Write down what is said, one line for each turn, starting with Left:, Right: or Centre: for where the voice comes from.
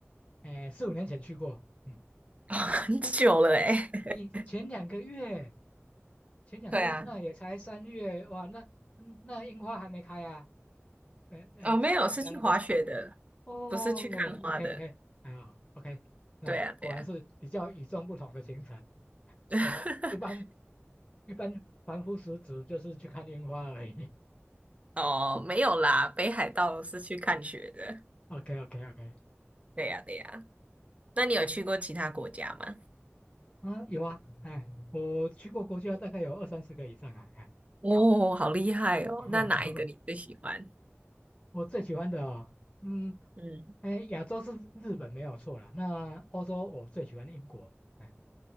Left: 诶四五年前去过。嗯，
Right: <laughs> 哦，很久了诶。
Left: 哎，你前两个月，
Right: <laughs>
Left: 前两个月那也才三月，
Right: 对啊，
Left: 哇，那嗯那樱花还没开啊？诶诶，
Right: 哦，
Left: 在北海道那边。
Right: 没有，是去滑雪的，
Left: 哦，OK
Right: 不是去看花的。
Left: OK，哎 o k 那果然是比较与众不同的行程。
Right: 对啊，对啊。<laughs>
Left: 我们一般一般凡夫俗子就是去看樱花而已。<laughs>
Right: 哦，没有啦，北海道是去看雪的。
Left: OK OK OK，
Right: 对呀，对呀。那你有去过其他国家吗？
Left: 啊，有啊，哎，我去过国家大概有二三十个以上啊，哎，
Right: 哦，好厉害哦！
Left: <laughs>
Right: 那哪一个你最喜欢？
Left: 我最喜欢的哦，嗯，
Right: 嗯，
Left: 哎，亚洲是日本没有错了，那欧洲我最喜欢英国，哎，